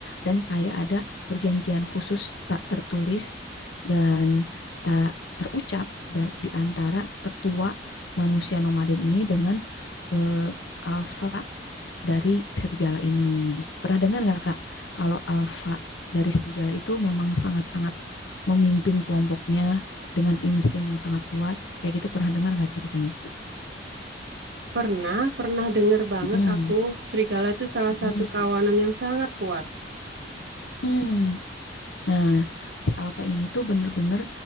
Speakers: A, on the left; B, on the right.
A: dan kayak ada perjanjian khusus tak tertulis dan tak terucap da- di antara tetua manusia nomaden ini dengan eh, alfa dari serigala ini. Pernah dengar nggak Kak, kalau alfa dari serigala itu memang sangat-sangat memimpin kelompoknya dengan insting yang sangat kuat? Kayak gitu pernah dengar nggak ceritanya?
B: Pernah, pernah dengar banget
A: Mm-mm.
B: aku, serigala itu salah
A: Mm-mm.
B: satu kawanan yang sangat kuat.
A: Mm. Nah, si alfa ini tuh bener-bener